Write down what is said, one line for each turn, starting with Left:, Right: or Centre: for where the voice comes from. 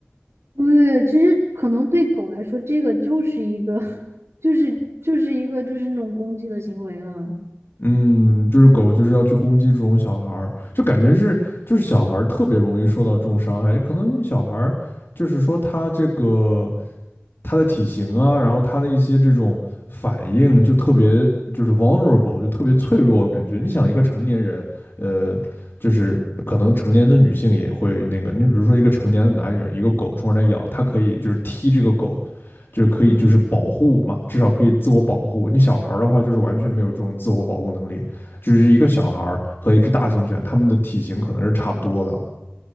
Right: 对，其实可能对狗来说，这个就是一个，<laughs> 就是就是一个就是那种攻击的行为了。
Left: 嗯，就是狗就是要去攻击这种小孩儿，就感觉是就是小孩儿特别容易受到这种伤害，可能小孩儿就是说他这个他的体型啊，然后他的一些这种反应就特别就是 vulnerable，就特别脆弱，感觉你想一个成年人，呃，就是可能成年的女性也会那个，你比如说一个成年的男人，一个狗冲上来咬，他可以就是踢这个狗，就可以就是保护嘛，至少可以自我保护。你小孩的话，就是完全没有这种自我保护能力，就是一个小孩和一只大型犬，它们的体型可能是差不多的，